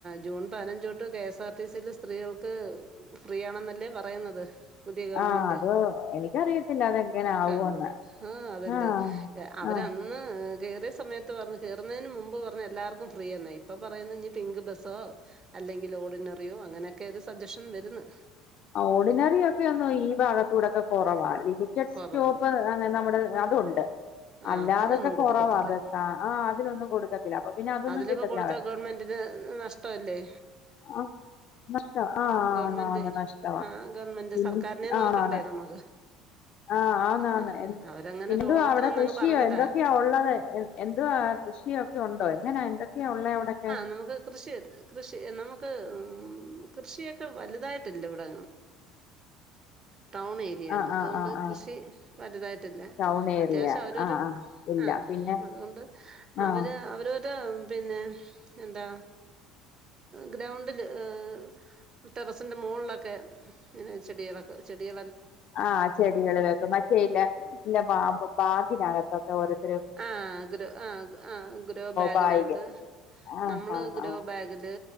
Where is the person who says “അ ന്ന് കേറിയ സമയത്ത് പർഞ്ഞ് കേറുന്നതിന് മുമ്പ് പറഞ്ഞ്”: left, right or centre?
Right